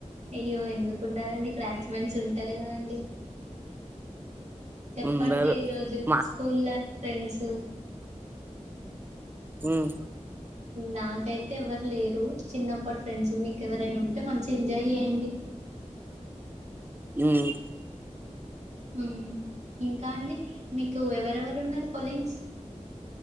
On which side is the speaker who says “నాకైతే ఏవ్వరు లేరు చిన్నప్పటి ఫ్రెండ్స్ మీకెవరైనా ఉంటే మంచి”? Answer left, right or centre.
Right